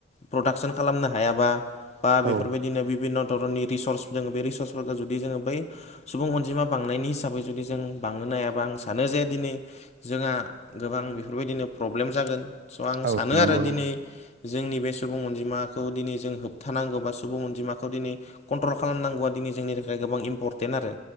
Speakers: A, on the left; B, on the right.
A: प्रदाकसन खालामनो हायाबा बा बेफोरबायदिनो
B: औ
A: बिभिन्न' धरननि रिसर्स जोङो बे रिसर्सफोरखौ जुदि जोङो बै सुबुं अनजिमा बांनायनि हिसाबै जुदि जों बांनो नाया आं सानो जे दिनै जोंहा गोबां बेफोरबायदिनो प्रब्लेम जागोन। स' आं
B: औ
A: सानो
B: नंगौ
A: आरो
B: नंगौ
A: दिनै जोंनि बे सुबुं अनजिमाखौ दिनै जों होबथानांगौ बा सुबुं अनजिमाखौ दिनै कन्ट्रल खालामनांगौआ दिनै जोंनि थाखाय गोबां इम्परटेन्ट आरो।